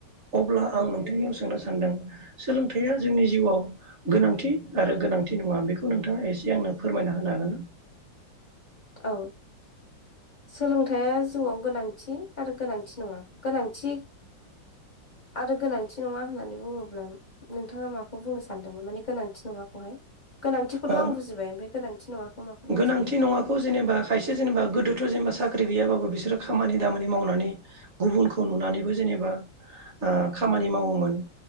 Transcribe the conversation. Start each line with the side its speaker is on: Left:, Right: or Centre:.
Right: अब्ला आं नोंथांनियाव सोंनो सानदों सोलोंथाइया जोंनि जिउआव गोनांथि आरो गोनांथि नङा बेखौ नोंथाङा एसे आंनो। फोरमायना होनो हागोन।
Left: औ। सोलोंथाइया जिउआव गोनांथि आरो गोनांथि नङा गोनांथि। आरो गोनांथि नङा होननानै बुङोब्ला नोंथाङा माखौ बुंनो सानदोंमोन माने गोनांथि नङा। नङाखौहाय गोनांथिखौथ'
Right: ओ
Left: आं बुजिबाय ओमफ्राय गोनांथि नङाखौ माखौ बुंनो
Right: गोनांथि
Left: सानदों।
Right: नङाखौ जेनेबा खायसे जेनेबा गोदोथ' जेनेबा साख्रि गैयाबाबो बिसोरो खामानि दामानि मावनानै। गुबुनखौ नुनानैबो जेनेबा खामानि मावोमोन।